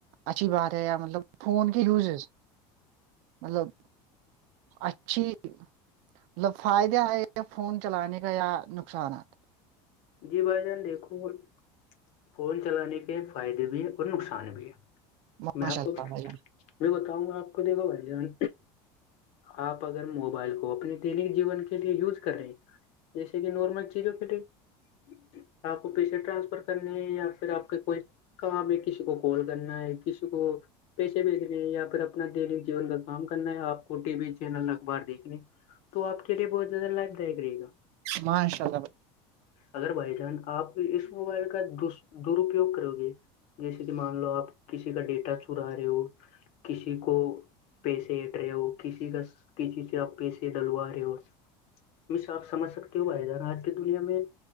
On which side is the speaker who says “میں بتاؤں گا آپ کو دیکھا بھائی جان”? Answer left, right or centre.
Left